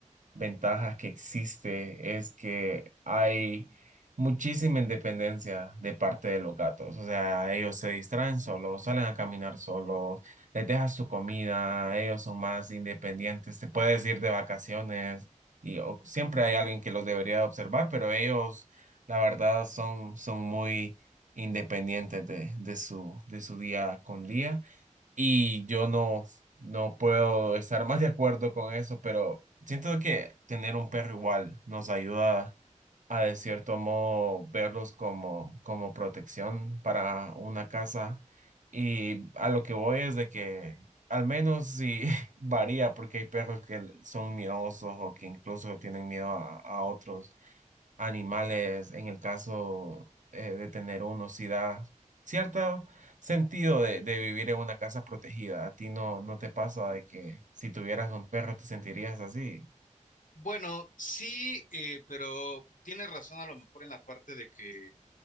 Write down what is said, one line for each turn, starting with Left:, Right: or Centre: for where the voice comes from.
Right: ventajas que existe es que hay muchísima independencia de parte de los gatos. O sea, ellos se distraen solos, salen a caminar solos, les dejas su comida, ellos son más independientes, te puedes ir de vacaciones y o- siempre hay alguien que los debería de observar, pero ellos, la verdad, son, son muy independientes de, de su, de su día con día. Y yo no, no puedo estar más de acuerdo con eso, pero siento que tener un perro igual nos ayuda a de cierto modo verlos como, como protección para una casa. Y a lo que voy es de que al menos sí <laughs> varía, porque hay perros que son miedosos o que incluso tienen miedo a, a otros animales en el caso eh, de tener uno, si da cierto sentido de, de vivir en una casa protegida. ¿A ti no, no te pasa de que si tuvieras un perro te sentirías así?
Left: Bueno, sí, eh, pero tienes razón a lo mejor en la parte de que